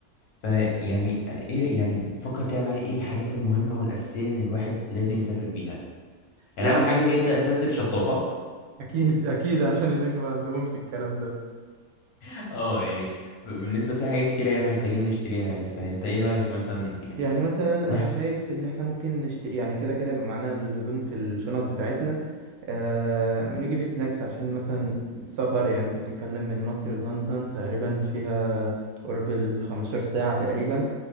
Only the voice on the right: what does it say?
يعني
أكيد أكيد عشان هناك ما عندهمش الكلام ده
يعني مثلا
انا شايف ان احنا ممكن نشت... يعني كده كده يبقى معانا الهدوم في الشنط بتاعتنا آه... نجيب سناكس عشان مثلا السفر يعني انت بتتكلم من مصر للندن تقريبا فيها قرب ال 15 ساعة تقريبا